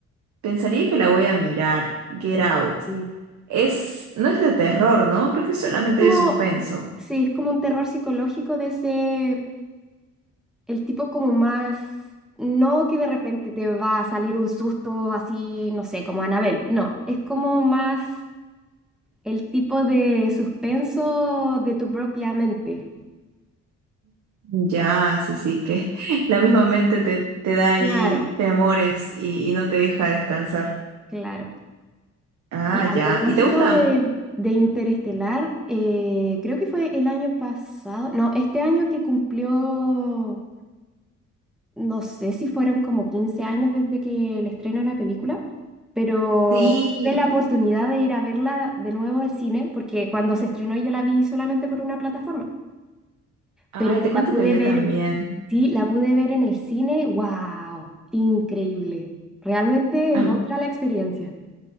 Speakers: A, on the right (about 70°); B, in the centre.
A: pensaría que la voy a mirar. Get Out.
B: sí.
A: Es, no es de terror, ¿no? Creo que es solamente
B: Como,
A: de suspenso.
B: sí, es como un terror psicológico de ese, El tipo como más, no que de repente te va a salir un susto así, no sé, como Anabel, no, es como más el tipo de suspenso de tu propia mente.
A: Ya, sí, sí, que <laughs> la misma mente te, te da ahí
B: Claro.
A: temores y, y no te deja descansar.
B: Claro.
A: Ah,
B: Y a
A: ya.
B: propósito
A: ¿Y te gusta?
B: de, De Interestelar, eh, creo que fue el año pasado, no, este año que cumplió no sé si fueron como 15 años desde que el estreno de la película, pero
A: Sí.
B: tuve la oportunidad de ir a verla de nuevo al cine, porque cuando se estrenó yo la vi solamente por una plataforma,
A: Ay,
B: pero
A: te
B: la
A: cuento
B: pude
A: que yo
B: ver,
A: también.
B: sí, la pude ver en el cine, wow, increíble. Realmente
A: Am-
B: es otra la experiencia.